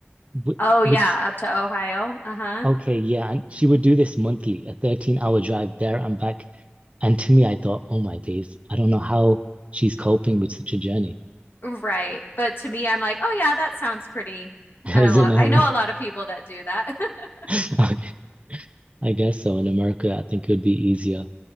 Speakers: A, on the right; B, on the left.
A: wh-
B: Oh, yeah,
A: which
B: up to Ohio. Uh-huh.
A: Okay, yeah, and she would do this monthly, a 13 hour drive there and back. And to me, I thought, oh my days, I don't know how she's coping with such a journey.
B: Right. But to me, I'm like, oh yeah, that sounds pretty.
A: <laughs>
B: I
A: Is
B: lo-
A: it normal?
B: I know a lot of people that do that. <laughs>
A: <laughs> Okay, I guess so. In America, I think it would be easier.